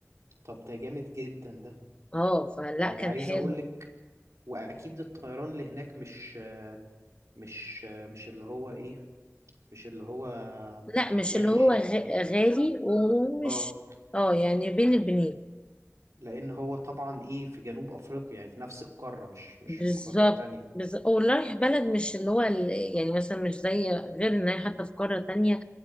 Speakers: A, on the right; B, on the left.
A: طب ده جامد جدا ده
B: اه فلا
A: يعني
B: كان
A: عايز
B: حلو
A: أقول لك وأكيد الطيران اللي هناك مش مش مش اللي هو إيه مش اللي هو
B: لا مش
A: وحش
B: اللي هو
A: يعني
B: غ- غالي ومش
A: اه
B: اه يعني بين البنين
A: لأن هو طبعا إيه في جنوب أفريقيا يعني في نفس القارة مش مش
B: بالظبط
A: في قارة تانية
B: بز... ورايح بلد مش اللي هو ال... يعني مثلا مش زي غير ان هي حتى في قارة تانية